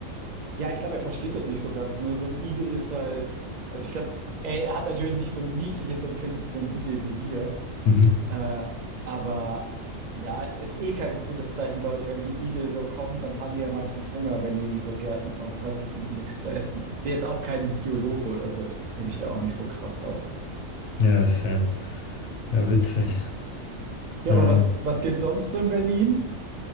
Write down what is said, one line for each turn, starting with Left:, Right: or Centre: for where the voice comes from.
Right: Ja, ich glaube, er versteht das nicht so ganz, ne? So ein Igel ist halt, also ich glaube, er hat natürlich nicht so ein niedliches Empfinden für einen Igel wie wir,
Left: Mhm.
Right: äh, aber ja, ist eh kein gutes Zeichen, glaube ich, wenn die Igel so kommen, dann haben die ja meistens Hunger, wenn die in so Gärten kommen. Das heißt, die finden nichts zu essen. Bin jetzt auch kein Biologe oder so, ich kenne mich da auch nicht so krass aus.
Left: Ja, Sam. Ja, witzig.
Right: Ja,
Left: Ähm,
Right: aber was, was geht sonst so in Berlin?